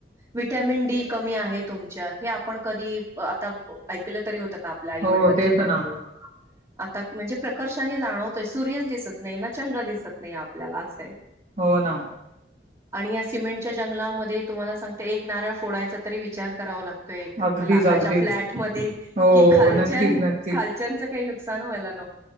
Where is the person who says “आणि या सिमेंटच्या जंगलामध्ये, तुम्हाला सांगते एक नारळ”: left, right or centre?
Right